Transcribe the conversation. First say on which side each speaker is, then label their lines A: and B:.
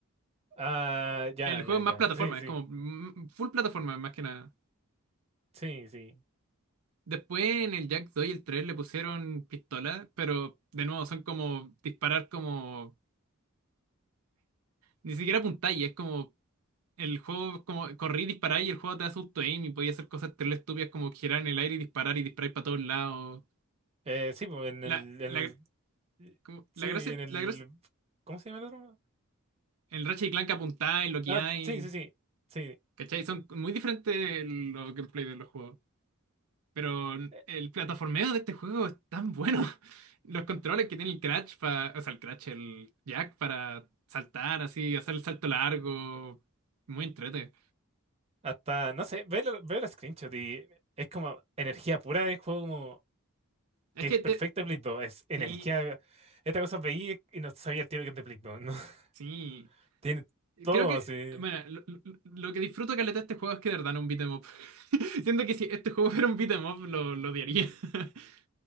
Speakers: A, on the right; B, on the right.
A: Ah, ya,
B: El juego
A: ya,
B: es
A: ya.
B: más plataforma,
A: Sí, sí,
B: es como mm, full plataforma más que nada.
A: sí, sí.
B: Después en el Jack 2 y el 3 le pusieron pistola, pero de nuevo son como disparar como... Ni siquiera apuntáis, es como el juego como corrí y dispará y el juego te hace auto aim y podía hacer cosas terrible estúpidas como girar en el aire y disparar y disparar para todos lados.
A: Eh, sí, pues en
B: La,
A: el, en
B: la,
A: el, Eh,
B: como-
A: Sí,
B: la gracia,
A: en el...
B: la gracia,
A: ¿Cómo se llama el otro?
B: el Ratchet y Clank apuntáis, lo que
A: Ah,
B: hay,
A: sí, sí, sí, sí.
B: ¿cachai? Son muy diferentes los gameplay de los juegos. Pero
A: Eh,
B: el plataformeo de este juego es tan bueno. <laughs> Los controles que tiene el Crash para, o sea, el Crash, el Jack para saltar así, hacer el salto largo, muy entrete.
A: Hasta, no sé, veo, lo- veo los screenshots y es como energía pura de juego como
B: Es
A: que
B: que
A: es perfecto
B: te,
A: de Play 2. Es energía...
B: sí,
A: Esta cosa veía y no sabía el tiro que es de Play 2, ¿no? <laughs>
B: sí.
A: Tiene todo
B: Creo que,
A: así.
B: bueno, lo, lo- lo que disfruto caleta de este juego es que de verdad no es un beat 'em up. <laughs> Siento que si este juego fuera un beat 'em up, lo, lo odiaría. <laughs>